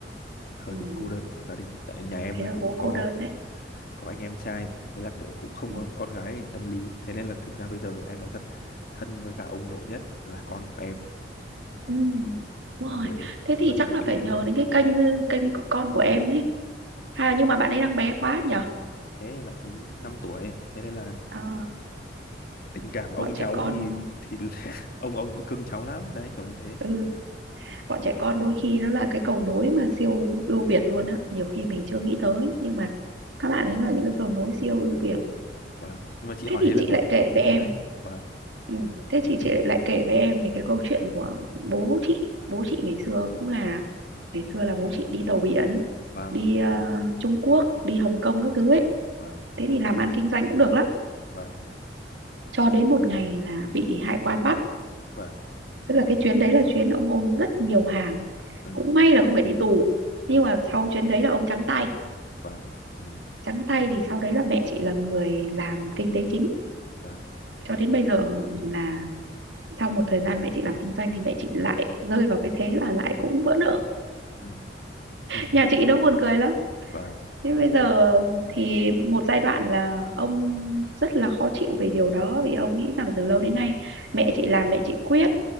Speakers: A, on the left (about 55°); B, on the right (about 85°).
A: hơi
B: ừ.
A: bị cô đơn trong gia đình tại nhà em
B: thế
A: là
B: là
A: cũng
B: bố
A: có
B: cô đơn đấy
A: có anh em trai mà thế là kiểu cũng không
B: ừ.
A: có con gái tâm lý thế nên là thực ra bây giờ em nói thật thân với cả ông nội nhất là con của em
B: Ừ. đúng
A: là
B: rồi
A: người
B: thế
A: gần
B: thì chắc
A: gũi
B: là
A: nhất
B: phải
A: luôn
B: nhờ đến cái kênh ừ, kênh của con của em ấy à nhưng mà bạn ấy đang bé quá nhở
A: Ê, mà ấy 5 tuổi, thế nên là
B: à,
A: tình cảm ông
B: bọn
A: cháu
B: trẻ con
A: thì thì <laughs> ông ông cũng cưng cháu lắm, đấy kiểu như thế.
B: Ừ, bọn trẻ con đôi khi nó là cái cầu nối mà siêu ưu việt luôn á, nhiều khi mình chưa nghĩ tới nhưng mà các bạn ấy là những cái cầu nối siêu ưu việt.
A: Vâng. Nhưng mà chị
B: Thế
A: hỏi
B: thì
A: thế là
B: chị
A: cũng
B: lại
A: cũng
B: kể
A: cũng,
B: với
A: cũng
B: em,
A: hay. Vâng,
B: ừ, thế chị chị lại kể với em về cái câu chuyện của bố chị, bố chị ngày xưa cũng là ngày xưa là bố chị đi tàu biển,
A: vâng,
B: đi ờ, Trung Quốc, đi Hồng Kông các thứ ấy.
A: vâng,
B: Thế thì làm ăn kinh doanh cũng được lắm.
A: vâng,
B: Cho đến một ngày là bị hải quan bắt,
A: vâng,
B: tức là cái chuyến đấy là chuyến ông ôm rất nhiều hàng
A: ừ,
B: cũng may là không phải đi tù nhưng
A: vâng,
B: mà sau chuyến đấy là ông trắng tay
A: vâng, ừ,
B: trắng tay thì sau đấy là mẹ chị là người làm kinh tế chính
A: vâng,
B: cho đến bây giờ là sau một thời gian mẹ chị làm kinh doanh thì mẹ chị lại rơi vào cái thế là lại cũng vỡ nợ
A: ừ, ừ, <laughs>
B: nhà chị nó buồn cười lắm
A: vâng,
B: thế bây giờ thì một giai đoạn là ông rất là khó chịu về điều đó vì ông nghĩ rằng từ lâu đến nay mẹ chị làm mẹ chị quyết